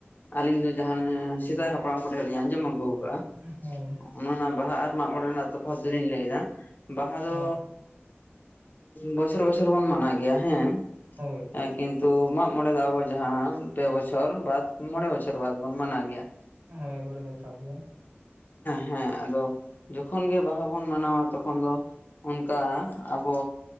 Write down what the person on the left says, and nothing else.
ᱟᱹᱞᱤᱧ ᱫᱚ ᱡᱟᱦᱟᱸ ᱥᱮᱫᱟᱭ ᱦᱟᱯᱲᱟᱢ ᱠᱚᱴᱷᱮᱡ ᱞᱤᱧ ᱟᱸᱡᱚᱢ ᱟᱹᱜᱩᱣ ᱠᱟᱜ-ᱟ
ᱚᱱᱟ ᱚᱱᱟ ᱵᱟᱦᱟ ᱟᱨ ᱢᱟᱜ ᱢᱚᱬᱮ ᱨᱮᱱᱟᱜ ᱛᱚᱯᱷᱟᱫ ᱫᱚᱞᱤᱧ ᱞᱟᱹᱭ ᱫᱟ, ᱵᱟᱦᱟ ᱫᱚ
ᱵᱚᱪᱷᱚᱨ ᱵᱚᱪᱷᱚᱨ ᱵᱚᱱ ᱢᱟᱱᱟᱣ ᱜᱮᱭᱟ ᱦᱮᱸ,
ᱮ ᱠᱤᱱᱛᱩ ᱢᱟᱜ ᱢᱚᱬᱮ ᱫᱚ ᱟᱵᱚ ᱡᱟᱦᱟᱸ ᱯᱮ ᱵᱚᱪᱷᱚᱨ ᱵᱟᱫ ᱢᱚᱬᱮ ᱵᱚᱪᱷᱚᱨ ᱵᱟᱫ ᱵᱚᱱ ᱢᱟᱱᱟᱶ ᱜᱮᱭᱟ᱾
ᱦᱮᱸ ᱟᱫᱚ ᱡᱚᱠᱷᱚᱱ ᱜᱮ ᱵᱟᱦᱟ ᱵᱚᱱ ᱢᱟᱱᱟᱣᱟ ᱛᱚᱠᱷᱚᱱ ᱫᱚ ᱚᱱᱠᱟ ᱟᱵᱚ